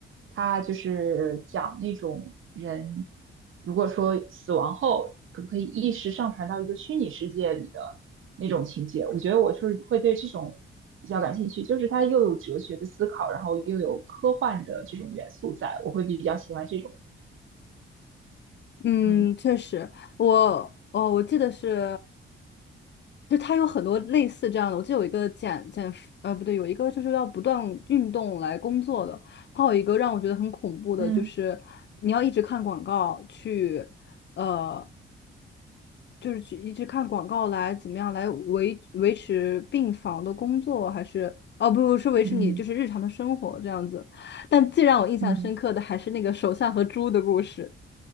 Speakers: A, on the right (about 70°); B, on the left (about 55°).
A: 他就是讲那种人，如果说死亡后可不可以意识上传到一个虚拟世界里的那种情节，我觉得我是会对这种比较感兴趣，就是它又有哲学的思考，然后又有科幻的这种元素在，我会比较喜欢这种，
B: 嗯，
A: 嗯。
B: 确实，我哦，我记得是，就它有很多类似这样的，我记得有一个减减肥，呃，不对，有一个就是要不断运动来工作的，还有一个让我觉得很恐怖的，
A: 嗯
B: 就是你要一直看广告去。呃就是去一直看广告来怎么样来维维持病房的工作，还是哦不不是维持你就是日常的生活这样子。
A: 嗯
B: 但最让我印象深刻的还是那个手相和猪的故事。
A: 嗯，